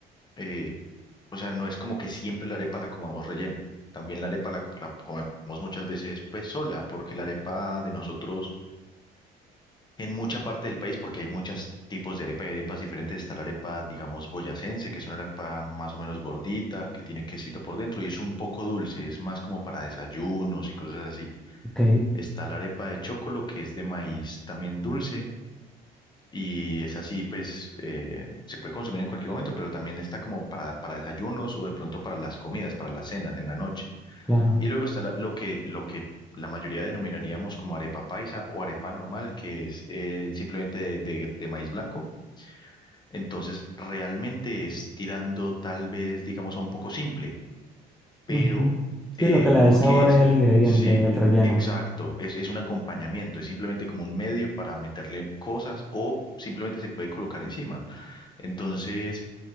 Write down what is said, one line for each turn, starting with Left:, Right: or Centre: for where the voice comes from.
Left: eh, o sea, no es como que siempre la arepa la comamos rellena. También la arepa la, la comemos muchas veces pues sola, porque la arepa de nosotros en mucha parte del país porque hay muchos tipos de arepa y arepas diferentes. Está la arepa, digamos, boyacense, que es una arepa más o menos gordita, que tiene quesito por dentro y es un poco dulce, es más como para desayunos y cosas así.
Centre: Ok,
Left: Está la arepa de chocolo, que es de maíz también dulce. Y es así, pues eh, se puede consumir en cualquier momento, pero también está como para, para desayunos o de pronto para las comidas, para las cenas en la noche.
Centre: claro.
Left: Y luego está la- lo que, lo que la mayoría denominaríamos como arepa paisa o arepa normal, que es eh, simplemente de, de- de maíz blanco. Entonces, realmente es tirando tal vez, digamos, a un poco simple, pero
Centre: Ujú.
Left: eh,
Centre: Sí, lo que le
Left: porque
Centre: da el sabor
Left: es,
Centre: es el ingrediente,
Left: sí,
Centre: el relleno.
Left: exacto, es, es un acompañamiento, es simplemente como un medio para meterle cosas o simplemente se puede colocar encima. Entonces...